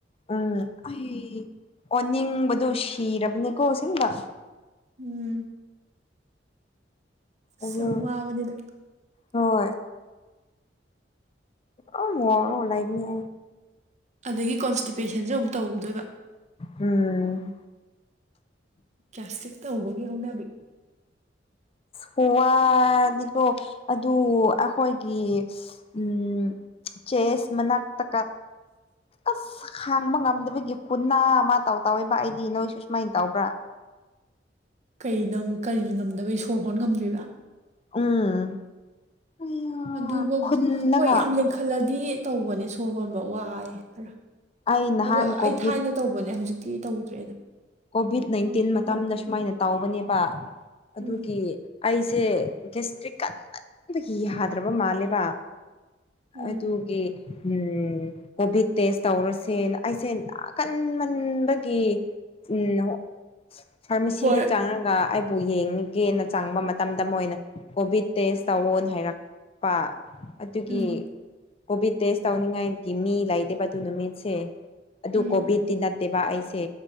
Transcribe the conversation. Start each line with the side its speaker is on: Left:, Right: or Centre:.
Left: ꯎꯝ ꯑꯩ ꯑꯣꯅꯤꯡꯕꯗꯣ ꯁꯤꯔꯕꯅꯤꯀꯣ ꯁꯤꯝꯗ
Right: ꯎꯝ ꯑꯁ
Left: ꯑꯗ
Right: ꯌꯥꯝ ꯋꯥꯕꯅꯤꯗ
Left: ꯍꯣꯏ ꯑ ꯃ ꯑꯣꯂꯅꯤ
Right: ꯑꯗꯒꯤ ꯀꯣꯟꯁꯇꯤꯄꯦꯁꯟꯁꯨ ꯑꯃꯨꯛ ꯇꯧꯧꯗꯣꯏꯕ
Left: ꯎꯝ
Right: ꯦꯁꯇꯤꯛ ꯇ ꯍꯧꯕꯒꯤ ꯍꯧꯅꯕꯤ
Left: ꯍꯋꯥꯅꯤꯀꯣ ꯑꯗꯨ ꯑꯩꯈꯣꯏꯒꯤ ꯎꯝ ꯆꯦꯁ ꯃꯅꯥꯛꯇ ꯑꯁ ꯍꯥꯡꯕ ꯉꯝꯗꯕꯒꯤ ꯄꯨꯅꯥ ꯑꯃ ꯇꯧ ꯇꯧꯋꯦꯕ ꯑꯩꯗꯤ ꯅꯣꯏꯁꯨ ꯁꯨꯃꯥꯏꯅ ꯇꯧꯕ꯭ꯔꯥ
Right: <inaudible> <inaudible> ꯑꯩ ꯅꯪ ꯀꯔꯤ ꯉꯝꯗꯕꯩ ꯁꯣꯔ ꯍꯣꯟ ꯉꯝꯗ꯭ꯔꯤꯕ
Left: ꯎꯝ ꯑꯌꯥ
Right: ꯑꯗꯨꯐꯧꯗꯤ
Left: ꯐꯨꯜꯂꯒ
Right: ꯍꯣꯏ ꯌꯥꯝ ꯂꯦꯡꯈꯠꯂꯗꯤ ꯇꯧꯕꯅꯦ ꯁꯣꯔ ꯍꯣꯟꯕ ꯋꯥꯑꯦ ꯈꯔ
Left: ꯑꯩ ꯅꯍꯥꯟ
Right: ꯑꯣ
Left: ꯀꯣꯚꯤꯠ
Right: ꯑꯩ ꯊꯥꯏꯅ ꯇꯧꯕꯅꯦ ꯍꯧꯖꯤꯛꯇꯤ ꯇꯧꯗ꯭ꯔꯦꯗ
Left: ꯀꯣꯚꯤꯠ ꯅꯥꯏꯟꯇꯤꯟ
Right: ꯍꯧꯖꯤꯛꯇꯤ
Left: ꯃꯇꯝꯗ
Right: ꯐꯔꯦ
Left: ꯁꯨꯃꯥꯏꯅ ꯇꯥꯎꯧꯕꯅꯦꯕ ꯑꯗꯨꯒꯤ
Right: ꯎꯝ
Left: ꯑꯩꯁ ꯁꯦ ꯒꯦꯁꯇ꯭ꯔꯤ ꯀꯟꯃꯟꯕꯒꯤ ꯌꯥꯗ꯭ꯔꯕ ꯃꯥꯜꯂꯦꯕ
Right: ꯎꯝ
Left: ꯑꯗꯨꯒꯤ ꯎꯝ ꯀꯣꯚꯤꯠ ꯇꯦꯁ ꯇꯧꯔꯁꯦꯅ ꯑꯩꯁꯦ ꯅꯥꯀꯟꯃꯟꯕꯒꯤ ꯎꯝ ꯐꯥꯔꯃꯥꯁꯤꯗ
Right: ꯍꯣꯏ
Left: ꯆꯪꯉꯒ ꯕꯨ ꯌꯦꯡꯒꯦꯅ ꯆꯪꯕ ꯃꯇꯝꯗ ꯃꯣꯏꯅ ꯀꯣꯚꯤꯠ ꯇꯦꯁ ꯇꯧꯋꯣ ꯍꯥꯏꯔꯛꯄ ꯑꯗꯨꯒꯤ
Right: ꯎꯝ
Left: ꯀꯣꯚꯤꯠ ꯇꯦꯁ ꯇꯧꯅꯤꯡꯉꯥꯏꯒꯤ ꯃꯤ ꯂꯩꯇꯦꯕ ꯑꯗꯨ ꯅꯨꯃꯤꯠꯁꯦ ꯑꯗꯨ
Right: ꯎꯝ
Left: ꯀꯣꯚꯤꯠꯇꯤ ꯅꯠꯇꯦꯕ ꯑꯩꯁꯦ